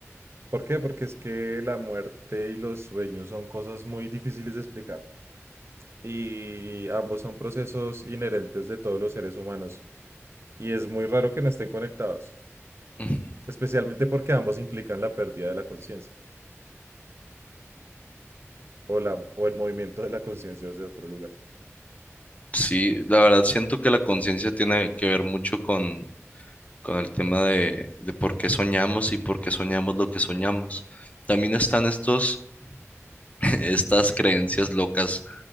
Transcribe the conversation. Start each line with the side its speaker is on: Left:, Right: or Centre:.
Right: ¿por qué? Porque es que la muerte y los sueños son cosas muy difíciles de explicar. y ambos son procesos inherentes de todos los seres humanos y es muy raro que no estén conectados,
Left: ujú.
Right: especialmente porque ambos implican la pérdida de la conciencia o, la- o el movimiento de la conciencia desde otro lugar.
Left: sí, la verdad siento que la conciencia tiene que ver mucho con, con el tema de, de por qué soñamos y por qué soñamos lo que soñamos. También están estos, <laughs> estas creencias locas